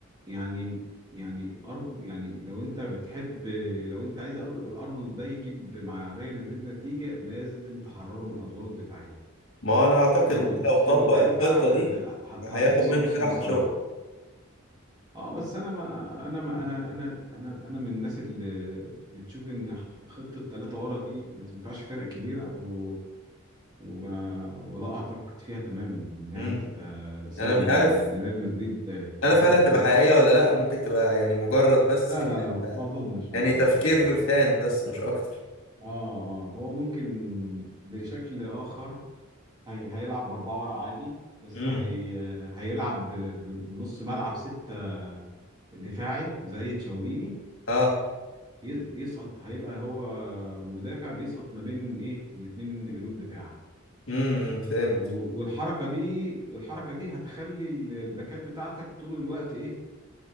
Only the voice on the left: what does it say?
ما انا اعتقد
ان لو
طبق
الخطة
دي
هياخد
منه
كده
احلى شغل
مم.
انا مش
عارف
مش
عارف هل هتبقى
حقيقية ولا لا ممكن تبقى يعني مجرد بس
ك-
يعني
تفكير
فان
بس مش اكتر
مم.
اه
امم فهمت